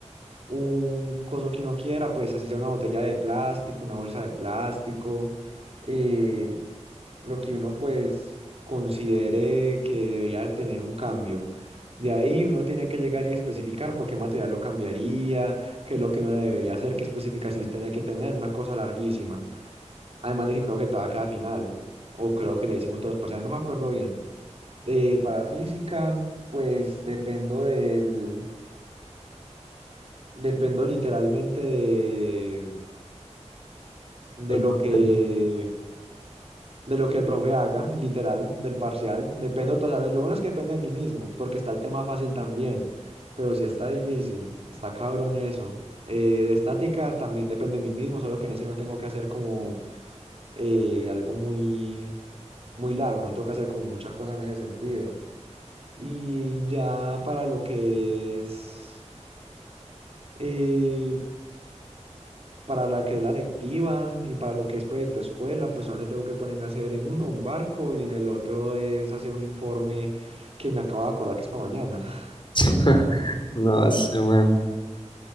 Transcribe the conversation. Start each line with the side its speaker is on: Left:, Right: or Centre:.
Right: un coso que uno quiera, pues así sea una botella de plástico, una bolsa de plástico, eh, lo que uno pues considere que debería tener un cambio. De ahí uno tiene que llegar y especificar por qué material lo cambiaría, qué es lo que uno le debería hacer, qué especificaciones tiene que tener, una cosa larguísima. Además de que creo que todavía queda final, o creo que ya hicimos todos los parciales, no me acuerdo bien. De, para física, pues dependo del, Dependo literalmente de, de
Left: El
Right: lo
Left: profe.
Right: que, de lo que el profe haga, literal, del parcial. Dependo, o sea, lo bueno es que depende de mí mismo, porque está el tema fácil también, pero si está difícil, está cabrón eso. Eh, de estática también depende de mí mismo, solo que en ese no tengo que hacer como eh, algo muy, muy largo, no tengo que hacer como mucha cosa en ese sentido. Y ya para lo que es... eh, Para la que es la lectiva y para lo que es proyecto escuela, pues solamente tengo que ponerme a hacer en uno un barco y en el otro es hacer un informe que me acabo de acordar que es para mañana. <laughs>
Left: <laughs> No, ese man.